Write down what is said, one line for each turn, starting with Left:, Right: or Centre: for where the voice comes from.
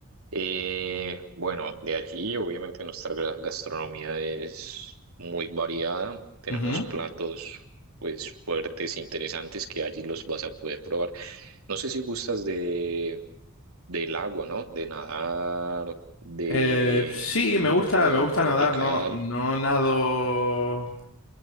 Right: Eh, bueno, de allí obviamente nuestra gra- gastronomía es muy variada. Tenemos
Left: Ujú.
Right: platos pues fuertes, interesantes, que allí los vas a poder probar. No sé si gustas de, del agua, ¿no? De nadar, de
Left: Eh, sí, me
Right: un
Left: gusta,
Right: poco de
Left: me gusta
Right: tropical.
Left: nadar. No, no nado